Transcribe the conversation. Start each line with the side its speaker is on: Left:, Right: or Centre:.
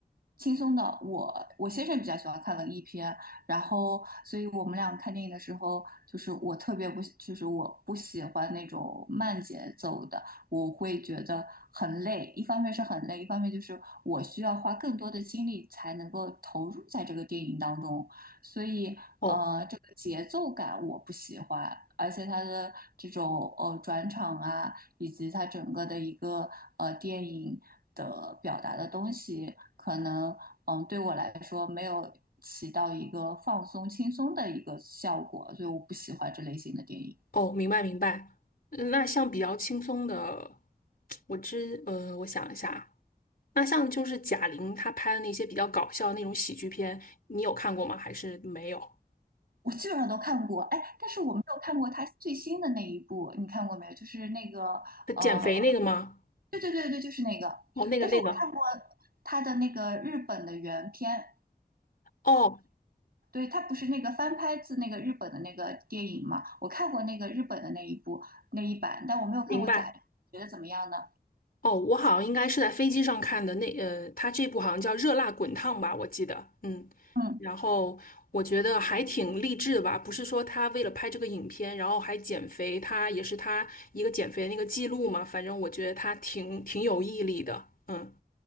Right: 轻松的，我我先生比较喜欢看文艺片，然后所以我们俩看电影的时候，就是我特别不喜就是我不喜欢那种慢节奏的，我会觉得很累。一方面是很累，一方面就是我需要花更多的精力才能够投入在这个电影当中，所以呃，
Left: 哦
Right: 这个节奏感我不喜欢，而且它的这种呃转场啊。以及它整个的一个呃电影的表达的东西，可能嗯对我来说没有起到一个放松轻松的一个效果，所以我不喜欢这类型的电影。
Left: 哦，明白明白。嗯那像比较轻松的，我知嗯、呃我想一下。那像就是贾玲她拍的那些比较搞笑的那种喜剧片，你有看过吗？还是没有？
Right: 我基本上都看过，哎，但是我没有看过他最新的那一部，你看过没有？就是那个呃，
Left: 她减肥那个吗？
Right: 对对对对，就是那个，
Left: 哦，那个那个，
Right: 但是我看过他的那个日本的原片，
Left: 哦，
Right: 对，它不是那个翻拍自那个日本的那个电影嘛？我看过那个日本的那一部那一版，但我没有看过假，
Left: 明白。
Right: 觉得怎么样呢？
Left: 哦，我好像应该是在飞机上看的那呃，她这部好像叫《热辣滚烫》吧，我记得。嗯，
Right: 嗯
Left: 然后我觉得还挺励志的吧，不是说她为了拍这个影片，然后还减肥，她也是她一个减肥的那个记录嘛。反正我觉得她挺挺有毅力的。嗯，